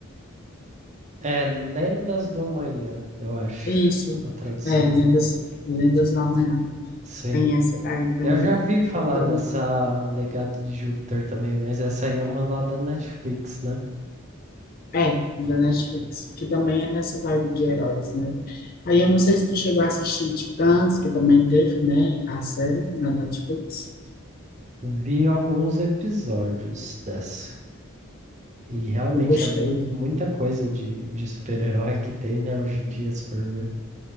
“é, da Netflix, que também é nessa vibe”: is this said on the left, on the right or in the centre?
Left